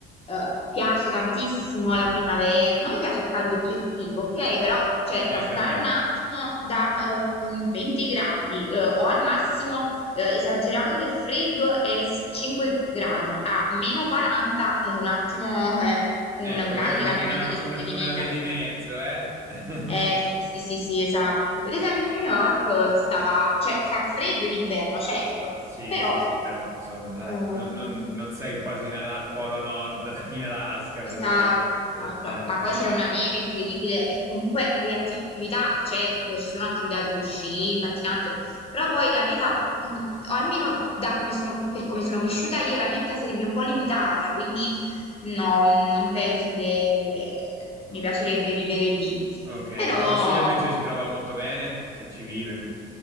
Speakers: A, on the left; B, on the right.
A: eh, piace tantissimo la primavera, non mi piace il caldo eccessivo, ok? Però cioè,
B: Neanche
A: passare
B: a me.
A: un attimo da ehm, 20 gradi eh, o al massimo eh, esagerando il freddo è s- 5 gradi a meno 40 è un attimo eh, un
B: Ecco,
A: grande
B: magari una,
A: cambiamento
B: una-
A: di
B: una-
A: stile di
B: una
A: vita.
B: via di mezzo, eh? <laughs>
A: Eh sì, sì, sì, sì, esatto. Per esempio, New York eh, stava, cioè fa freddo in inverno, certo,
B: Sì,
A: però
B: sì, sì, però insomma, dai,
A: eh,
B: non, non- non sei quasi in al, al Polo Nord, <laughs> in Alaska
A: esatto,
B: praticamente.
A: no,
B: Eh,
A: tro- ma
B: eh.
A: poi c'è una neve incredibile e comunque le attività, certo, ci sono attività tipo sci, pattinaggio, però poi la vita, mh, o almeno da come sono, per come sono cresciuta io, la mia vita sarebbe un po' limitata, quindi no, mh, non penso che mi piacerebbe vivere lì.
B: Ok,
A: Però
B: tua zia invece si trova molto bene, se ci vive.